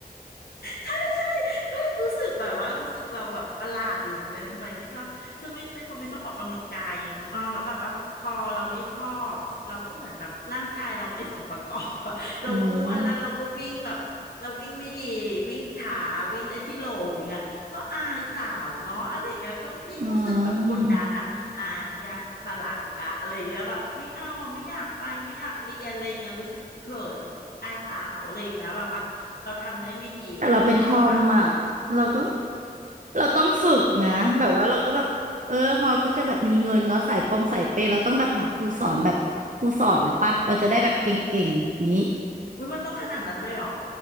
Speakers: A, on the left; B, on the right.
A: ใช่ใช่ก็รู้สึกแบบว่ารู้สึกเราแบบประหลาดอยู่เหมือนกันทำไมไม่ชอบคือไม่เป็นคนไม่ชอบออกกำลังกายไงคุณอ้อแล้วแบบว่าพอเราไม่ชอบเราก็เหมือนแบบร่างกายเราไม่สมประกอบอะ <laughs> เราอ้วนแล้วเราก็วิ่งแบบเราวิ่งไม่ดีวิ่งช้าวิ่งได้ที่โหลอย่างเงี้ยก็อายสาวเนาะอะไรอย่างเงี้ยก็ยิ่งรู้สึกแบบกดดันอะอ่ะอยากคาปะละอีกอะอะไรอย่างเงี้ยแบบไม่เอาอ่ะไม่อยากไปไม่อยากเรียนอะไรอย่างเงี้ยรู้สึกเขินอายสาวอะไรอย่างเงี้ยแบบว่า
B: อืมอืม
A: เราทำได้ไม่ดีอ่ะนึกออกวะ
B: แต่เราเป็นทอมอ่ะเราก็เราต้องฝึกนะแบบว่าเราก็แบบ เออพอก็จะแบบมีเงินเนาะสายปงสายเปย์เราต้องแบบหาครูสอนแบบครูสอนแล้วปะเราจะได้แบบเก่งๆอย่างนี้
A: <laughs> อุ้ยมันต้องขนาดนั้นเลยเหรอ